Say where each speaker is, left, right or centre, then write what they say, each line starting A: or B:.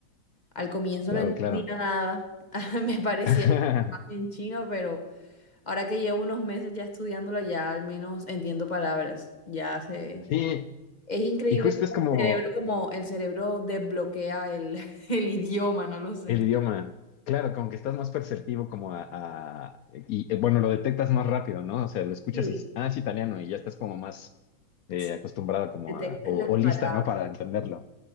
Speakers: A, on the left (about 25°); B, on the left (about 80°).
A: Al comienzo
B: claro,
A: no entendía
B: claro.
A: nada, <laughs> me parecía
B: <laughs>
A: en chino, pero ahora que llevo unos meses ya estudiándolo, ya al menos entiendo palabras. Ya sé.
B: Sí,
A: Es increíble
B: y justo
A: cómo
B: es como
A: el cerebro, como el cerebro desbloquea el, <laughs> el idioma, no lo sé.
B: el idioma. Claro, como que estás más perceptivo como a, a- y eh, bueno, lo detectas más rápido, ¿no? O sea, lo escuchas
A: Sí.
B: y dices, ah, es italiano y ya estás como más eh,
A: Sí,
B: acostumbrada como
A: detectas
B: a, o,
A: las
B: o lista,
A: palabras.
B: ¿no? Para entenderlo.